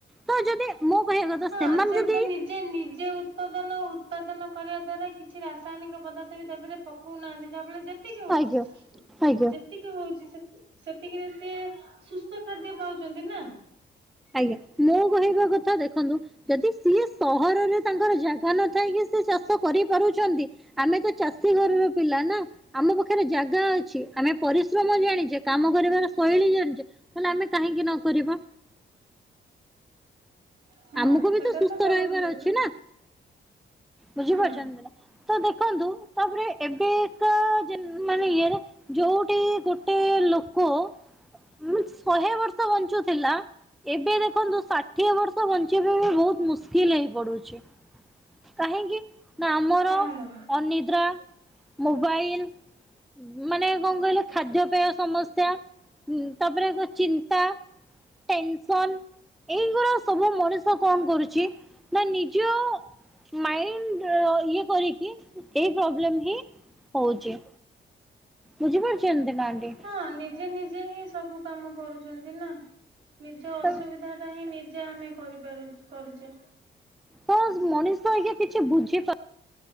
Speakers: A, in the centre; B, on the right.
A: ତ ଯଦି ମୁଁ କହିବା କଥା
B: ହଁ
A: ସେମାନେ
B: ସେ
A: ଯଦି
B: ତ ନିଜେ ନିଜେ ଉତ୍ପଦନ ଉତ୍ପାଦନ କରିବା ଦ୍ଵାରା କିଛି ରାସ୍ ରାସାୟନିକ ପଦାର୍ଥ ବି ତା ଧିରେ ପକଉନାହାନ୍ତି ଯାହାଫଳେରେ ଯେତିକି ହଉଚି
A: ଆଜ୍ଞା ଆଜ୍ଞା।
B: ଯେତିକି ହଉଚି ସେ ସେତିକିରେ ସିଏ ସୁସ୍ଥ ଖାଦ୍ୟ ପାଉଚନ୍ତି ନାଁ।
A: ଆଜ୍ଞା ମୁଁ କହିବା କଥା ଦେଖନ୍ତୁ ଯଦି ସିଏ ସହରରେ ତାଙ୍କର ଜାଗା ନଥାଇକି ସେ ଚାଷ କରିପାରୁଛନ୍ତି ଆମେ ତ ଚାଷୀ ଘରର ପିଲା ନା ଆମ ପାଖରେ ଜାଗା ଅ ଚି ଆମେ ପରିଶ୍ରମ ଜାଣିଚେ କାମ କରିବାର ଶୈଳୀ ଜାଣିଚେ ହେଲେ ଆମେ କାହିଁକି ନା କରିବା।
B: ହଁ
A: ଆମକୁ ବି
B: ସେଇଟା
A: ତ ସୁସ୍ଥ
B: ବଡ
A: ରହିବାର
B: ଭୁଲ
A: ଅଛି ନା। ବୁଝିପାରୁଛନ୍ତି
B: ହୁଁ।
A: ନା। ତ ଦେଖନ୍ତୁ ତାପରେ ଏବେ ଏକା ମାନେ ଯେ-ଇଏରେ ଯୋଉଠି ଗୋଟେ ଲୋକ ମ୍ ଶହେ ବର୍ଷ ବଞ୍ଚୁଥିଲା ଏବେ ଦେଖନ୍ତୁ ଷାଠିଏ ବର୍ଷ ବଞ୍ଚିବା ଏବେ ବହୁତ ମୁସ୍କିଲ୍ ହେଇ ପଡୁଚି। କାହିଁକି? ନାଁ ଆମର
B: ହଁ ମା।
A: ଅନିଦ୍ରା। ମୋବାଇଲ୍ ମାନେ କଣ କହିଲେ ଖାଦ୍ୟପେୟ ସମସ୍ୟା ତାପରେ ଚିନ୍ତା ଟେନସନ୍ ଏଇଗୁରା ସବୁ ମଣିଷ କଣ କରୁଚି ନା ନିଜ ମାଇଣ୍ଡ ଇଏ କରିକି ଏଇ ପ୍ରୋବ୍ଲେମ୍ ହିଁ ହଉଚି। ବୁଝି ପାରୁଚନ୍ତି ନା ଆଣ୍ଟୀ।
B: ହଁ ନିଜେ ନିଜେ ହିଁ ସବୁ କାମ କରୁଚନ୍ତି ନା। ନିଜ ଅସୁବିଧା
A: ତ
B: ଟା ହିଁ ନି ସେ ଆମେ କରିପାରୁଚେ କରୁଚେ।
A: ପୋସ୍। ମଣିଷ ଆଜ୍ଞା କିଛି ବୁଝିପା